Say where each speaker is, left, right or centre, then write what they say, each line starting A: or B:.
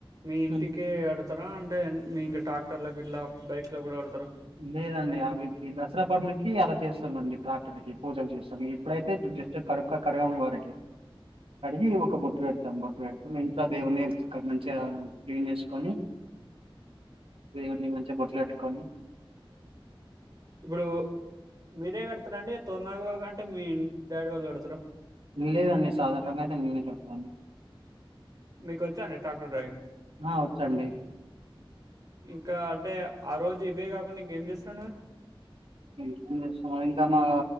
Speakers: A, on the right (about 40°); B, on the right (about 80°).
A: మీ ఇంటికి
B: హ్మ్.
A: అడు కడతారా అంటే మీ ఇంట్ల ట్రాక్టర్లకుకి ఇంకా బైక్ లకు కూడా కడతారా
B: లేదండి ఆ వీరికి దసరా పండ్లకి అలా చేస్తాంండి ట్రాక్టర్ కి పూజలు చేస్తాం ఇప్పుడైతే జస్ట్ కడుక్క కడగాము వారికి కడిగి ఒక బొట్ పెడతాం బొట్టు పెడతాం ఇంట్లో దేవుని మంచిగా క్లీన్ చేసుకొని దేవుని మంచిగా బొట్టలు పెట్టుకు కానీ
A: ఇప్పుడు మీరే కడతారండి తోరణాలు అంటే మీ డాడి వాళ్ళు కడతారా
B: లేదండి సాధారణంగా అయితే నేనే కడతాను
A: మీకు వచ్చా అండి ట్రాక్టర్ డ్రైవింగ్
B: ఆ! వచ్చండి.
A: ఇంకా అంటే ఆ రోజు ఇవే కాకుండా ఇంకేం చేస్తుాన్నారు
B: ఇక చేం ఇంకా మా